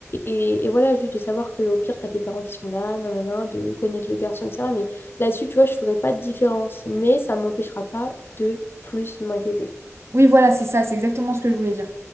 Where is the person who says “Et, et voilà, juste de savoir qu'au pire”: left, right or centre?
Left